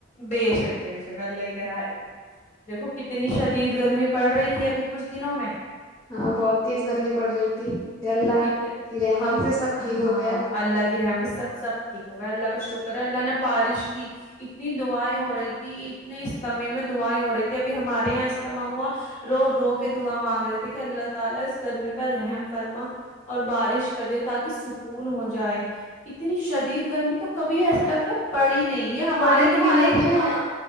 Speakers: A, on the left (about 35°); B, on the left (about 15°).
A: بے شک بے شک اللہ ہی کرائے گا دیکھو کتنی شدید گرمی پڑ رہی تھی ابھی کچھ دنوں میں
B: ہاں بہت تیز گرمی پڑ رہی تھی یا اللہ
A: ات
B: کی رحمت
A: ہم
B: سے سب ٹھیک ہو
A: ہاں
B: گیا
A: اللہ کی رحمت سب سب ٹھیک ہوگا اللہ کا شکر ہے اللہ نے بارش کی اتنی دعائیں ہو رہی تھی اتنے اجتمے میں دعائیں ہو رہی تھی ابھی ہمارے یہاں اجتماع ہوا رو رو کے دعا مانگ رہے تھے کہ اللہ تعالی اس گرمی پر رحم فرما اور بارش کر دے تاکہ سکون ہو جائے اتنی شدید گرمی تو کبھی ایسا لگتا ہے پڑھی نہیں ہے ہمارے
B: پڑی
A: تمہارے
B: بھی نہیں ہے
A: ہاں